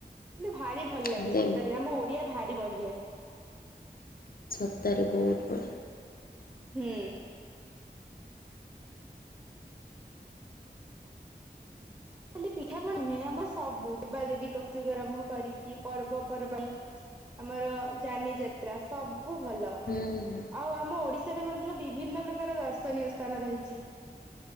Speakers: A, on the right; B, on the left.
A: ମତେ ଭାରି ଭଲ
B: ତାହେଲେ
A: ଲାଗେ ସତରେ ଆମ ଓଡିଆ ଭାରି ବଢିଆ।
B: ସତରେ ବହୁତ ବଢ଼ିଆ।
A: ହୁଁ। ଖାଲି ପିଠାପଣା ନୁହେଁ ଆମର ସବୁ ଦେବାଦେବୀ କତୁରୁ ଆରମ୍ଭ କରିକି ପର୍ବପର୍ବାଣ ଆମର ଯାନି ଯାତ୍ରା ସବୁ ଭଲ
B: ହୁଁ।
A: ଆଉ ଆମ ଓଡ଼ିଶା ଓଡ଼ିଆ ମଧ୍ୟରେ ବିଭିନ୍ନ ପ୍ରକାର ଦର୍ଶନୀୟ ସ୍ଥାନ ରହିଛି